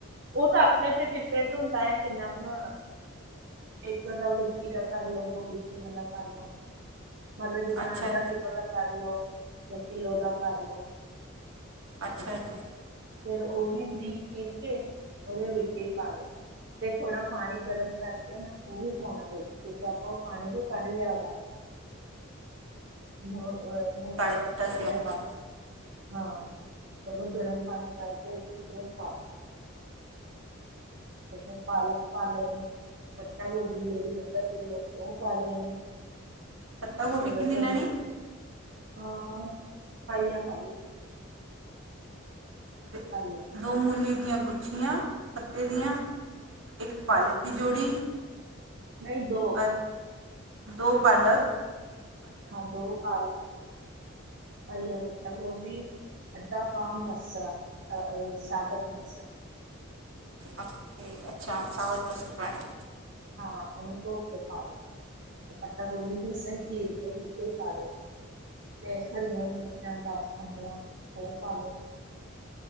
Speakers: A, on the right; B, on the right.
A: ਓ ਤਾਂ ਆਪਨੇ ਤੇ ਡਿਪੈਂਡ ਹੁੰਦਾ ਏ ਕਿੰਨਾ ਬਣਾਉਣਾ। ਇੱਕ ਅੱਧਾ ਗੁੱਛੀ ਦਾ ਕਰ ਲੋ, ਦੋ ਗੁੱਛੀਆਂ ਦਾ ਕਰ ਲੋ। ਮਤਲਬ ਜਿਸ ਤਰਾਂ
B: ਅੱਛਾ
A: ਅੱਧਾ
B: ਜੀ
A: ਕਿੱਲੋ ਦਾ ਕਰ ਲੋ। ਯਾ ਕਿਲੋ ਦਾ ਕਰ ਲੋ
B: ਅੱਛਾ
A: ਇਸ ਤਰਾਂ।
B: ਜੀ
A: ਫਿਰ ਓ ਵੀ ਬਰੀਕ ਚਿਰ ਕੇ ਓਦੇ ਵਿੱਚੇ ਈ ਪਾ ਲੋ। ਫੇਰ ਥੋੜਾ ਪਾਣੀ ਗਰਮ ਕਰਕੇ ਨਾ ਓ ਵੀ ਪਾਉਣਾ ਵਿੱਚ ਕਿਉਂਕਿ ਆਪਾਂ ਓ ਪਾਣੀ ਜੋ ਕੱਢ ਲਿਆ ਓਦਾ। ਮ ਅਹ ਮੂਲੀਆਂ
B: ਕੱਢ
A: ਦੇ
B: ਦਿੱਤਾ
A: ਪੱਤੇਆਂ
B: ਸੀ ਆਪਾਂ
A: ਦਾ। ਹਾਂ ਫੇਰ ਓ ਗਰਮ ਪਾਣੀ ਕਰਕੇ ਓਥੇ ਸੇਮ ਪਾ ਦੋ। ਜਿਵੇਂ ਪਾਲਕ ਪਾ ਲੈਣੀ ਪੱਤਾ ਗੋਭੀ ਜੇੜੀ ਅੱਧਾ ਕਿਲੋ ਓ ਪਾ ਲੈਣੀ।
B: ਪੱਤਾ ਗੋਭੀ
A: ਫੇਰ
B: ਕਿੰਨੀ
A: ਓ 'ਚ
B: ਲੈਣੀ
A: ਹਾਂ ਪਾਈਆ ਪਾਲਕ।
B: ਦ
A: ਪਾਈਆ।
B: ਦੋ ਮੂਲੀ ਦੀਆਂ ਗੁੱਛੀਆਂ ਪੱਤੇ ਦੀਆਂ ਇੱਕ ਪਾਲਕ ਦੀ ਜੋੜੀ।
A: ਨਈ ਦੋ
B: ਅ ਦੋ ਪਾਲਕ
A: ਹਾਂ ਬੋ ਪਾ ਲ ਪਾਈਆ ਪਤਾ ਗੋਭੀ ਅੱਧ ਪਾਮ ਮਸਰ ਸਾਬਤ ਮਸਰ
B: ਅੱਛਕੇ ਅੱਛਾ ਸਾਵਧ ਮਸੂਰ ਪਾਣੀ
A: ਹਾਂ ਉਹਨੂੰ ਧੋ ਕੇ ਪਾ ਦਿਓ ਪਤਾਗੋਬੀ ਵੀ ਸਹਿਚੀਰਕੇ ਵਿਚੇ ਪਾਦੋਂ ਤੇ ਹਰੀਆਂ ਮਿਰਚਾਂ ਦਸ ਪੰਦਰਾਂ ਉਹ ਪਾ ਲਓ